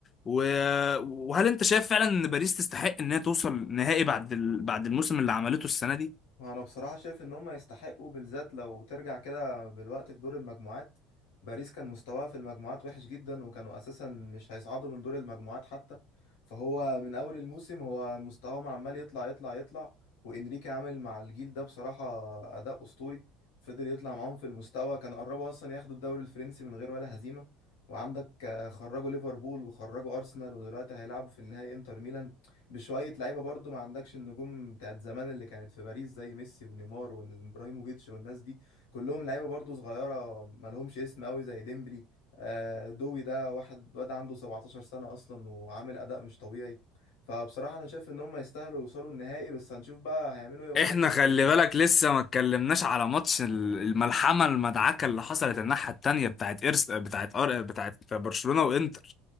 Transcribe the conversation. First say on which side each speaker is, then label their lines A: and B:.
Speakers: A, on the left; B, on the left.
A: و... وهل انت شايف فعلا ان باريس تستحق انها توصل نهائي بعد ال... بعد الموسم اللي عملته السنه دي
B: انا بصراحه شايف ان هم يستحقوا بالذات لو ترجع كده بالوقت في دور المجموعات باريس كان مستواها في المجموعات وحش جدا وكانوا اساسا مش هيصعدوا من دور المجموعات حتى فهو من اول الموسم هو مستواهم عمال يطلع يطلع يطلع وانريكي عامل مع الجيل ده بصراحه اداء اسطوري فضل يطلع معاهم في المستوى كان قربوا اصلا ياخدوا الدوري الفرنسي من غير ولا هزيمه وعندك آه، خرجوا ليفربول وخرجوا ارسنال ودلوقتي هيلعبوا في النهائي انتر ميلان بشوية لعيبة برضو ما عندكش النجوم بتاعت زمان اللي كانت في باريس زي ميسي ونيمار وابراهيموفيتش والناس دي كلهم لعيبة برضو صغيرة ما لهمش اسم قوي زي ديمبلي آه، دوي ده واحد واد عنده 17 سنة أصلا وعامل أداء مش طبيعي فبصراحة أنا شايف إن هم يستاهلوا يوصلوا النهائي بس هنشوف بقى هيعملوا إيه قدام
A: احنا
B: إنتر
A: خلي
B: ميلان
A: بالك لسه ما اتكلمناش على ماتش ال- الملحمه المدعكه اللي حصلت الناحيه التانيه بتاعت إرس... بتاعت أر... بتاعت برشلونه وانتر